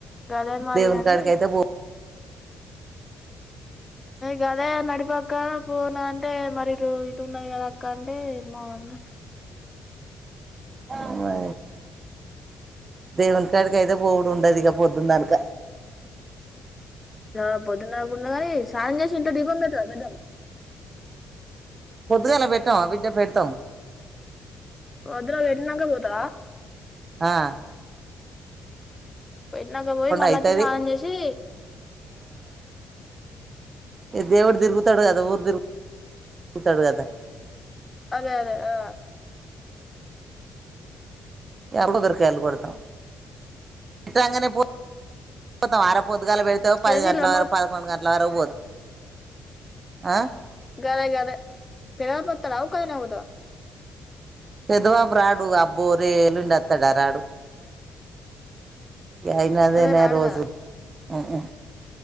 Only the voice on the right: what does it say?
దేవునికాడి
అయితే పో
అ దేవున్కాడికియితే బోవుడు ఉండదు ఇక పొద్దుందనుక
కొద్గాల పెట్టాంమా బిడ్డ పెడతాం.
ఆా
అయితది
ఇ దేవుడు తిరుగుతాడు కదా ఊరు తిరుగుతాడు కదా.
ఏర్లులోదొరికేయళ కొడుత ఇట అ బాగానే పో కొొత్తం వారం పొద్దుగాలు పెడతేావు
పది గంటల
వర పదకొండు గంటలు. లారవర్ ఆ
ఎదువా బ్రాడు ఆ పోనీ ఎల్లుండి వత్తడ రాడు గైనదేన
రోజు
హు హు